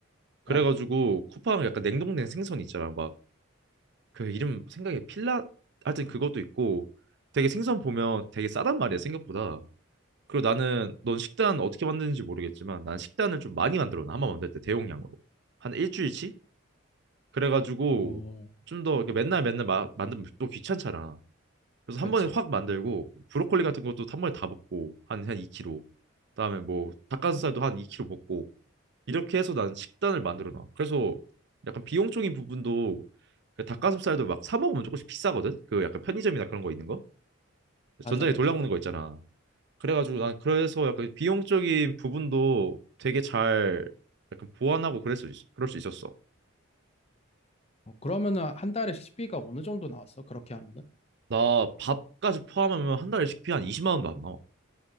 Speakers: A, on the right (about 55°); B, on the left (about 30°).
A: 그래가지고
B: 아,
A: 쿠팡 약간 냉동된 생선 있잖아. 막 그 이름 생각에 필라 하여튼 그것도 있고 되게 생선 보면 되게 싸단 말이야 생각보다 그리고 나는 넌 식단 어떻게 만드는지 모르겠지만 난 식단을 좀 많이 만들어 놔 한번 만들 때 대용량으로 한 일주일치 그래가지고
B: 오,
A: 좀 더 맨날 맨날 마, 만들면 또 귀찮잖아 그래서 한
B: 그치.
A: 번에 확 만들고 브로콜리 같은 것도 한 번에 다 볶고 한 한 2kg 그다음에 뭐 닭가슴살도 한 2kg 볶고 이렇게 해서 나는 식단을 만들어 놔. 그래서 약간 비용적인 부분도 그 닭가슴살도 막 사 먹으면 조금씩 비싸거든. 그 약간 편의점이나 그런 거 있는 거.
B: 맞아,
A: 전자레인지
B: 맞아.
A: 돌려 먹는 거 있잖아. 그래가지고 난 그래서 약간 비용적인 부분도 되게 잘 약간 보완하고 그랬수 있- 그럴 수 있었어.
B: 어, 그러면은 한 달에 식비가 어느 정도 나왔어? 그렇게 하면은?
A: 나 밥까지 포함하면 한 달에 식비 한 20만 원도 안 나와.